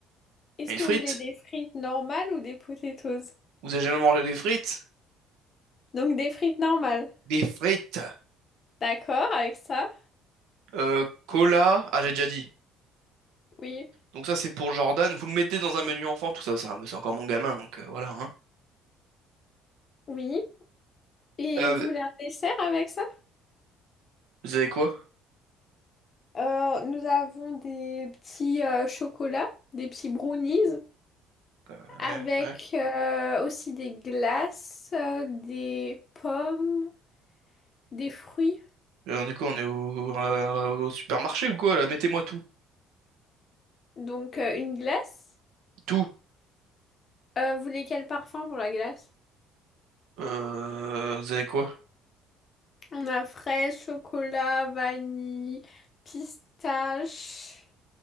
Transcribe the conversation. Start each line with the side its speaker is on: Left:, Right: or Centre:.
Left: Est-ce
Right: Des
Left: que
Right: frites?
Left: vous voulez des frites normales ou des potatoes?
Right: Vous avez jamais mangé des frites?
Left: Donc, des frites normales.
Right: Des frites.
Left: D'accord avec ça?
Right: Euh, cola. Ah, j'ai déjà dit.
Left: Oui.
Right: Donc ça, c'est pour Jordan. Vous le mettez dans un menu enfant, tout ça, c'est un- c'est encore mon gamin, donc euh, voilà. hein.
Left: Oui. Et
Right: Euh,
Left: vous voulez un dessert avec ça?
Right: vous avez quoi?
Left: Euh, nous avons des petits euh, chocolats, des petits brownies.
Right: Euh,
Left: Avec
Right: ouais, ouais.
Left: euh, aussi des glaces, euh, des pommes, des fruits.
Right: Euh, du coup, on est au, euh, au supermarché ou quoi, là? Mettez-moi tout.
Left: Donc euh, une glace.
Right: Tout.
Left: Euh, vous voulez quel parfum pour la glace?
Right: Euh, vous avez quoi?
Left: On a fraise, chocolat, vanille, pistache.